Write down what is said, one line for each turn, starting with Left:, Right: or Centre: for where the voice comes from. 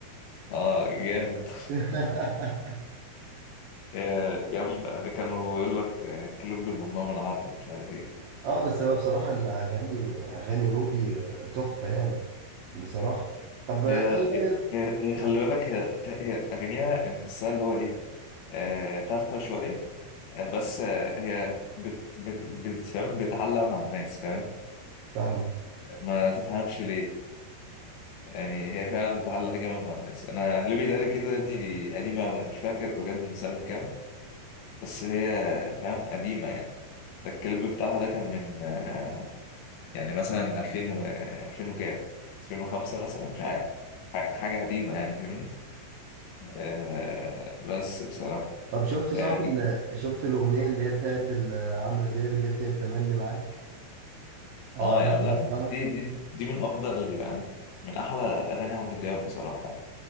Left: اه جامد
Right: <laughs>
Left: <laughs> آه، يا عم آه، كانوا يقول لك آه، كليب الممنوع من العرض ومش عارف ايه
Right: اه بس هو بصراحة الأغاني أغاني روبي آه، تحفة يعني بصراحة طب ايه
Left: هي
Right: رأيك؟
Left: هي هي هي خلي بالك هي هي اغانيها انت تحسها اللي هو ايه آه، تافهه شويه آه، بس آه، هي بت بت بت- فاهم بتعلق مع الناس فاهم
Right: فاهمة
Left: ما تفهمش ليه يعني هي فعلا بتعلق جامد مع الناس انا اللي بيتقال كده يا ابني دي قديمه قوي مش فاكر بجد من سنه كام بس هي فاهم قديمه يعني ده الكليب بتاعها ده كان من آه، يعني مثلا 2000 و 2000 وكام 2005 مثلا مش عارف ح- حاجه قديمه يعني فاهمني آه بس بصراحه
Right: طب شفت صاحبي
Left: اه
Right: اللي شفت الأغنية اللي هي بتاعت ال- عمرو دياب اللي هي بتاعت تملي معاك أو
Left: آه
Right: أماكن
Left: يعني لا
Right: السهر
Left: دي دي دي من افضل من احلى اغاني عمرو دياب بصراحه